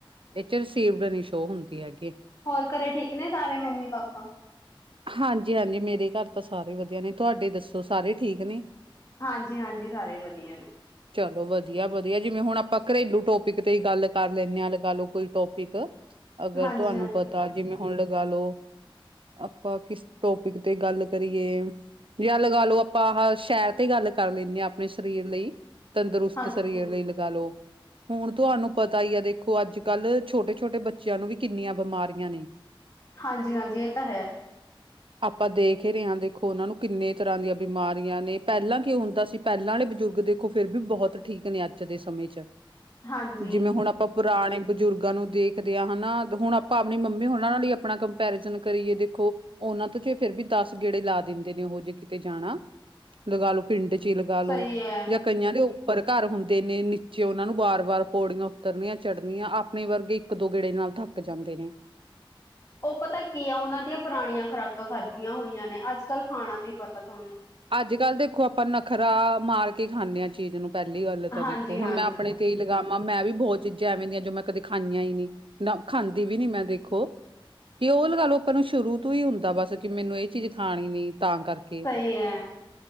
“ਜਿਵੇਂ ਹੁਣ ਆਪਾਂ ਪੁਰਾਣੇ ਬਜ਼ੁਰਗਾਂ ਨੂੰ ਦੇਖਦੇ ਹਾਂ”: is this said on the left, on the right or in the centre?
Right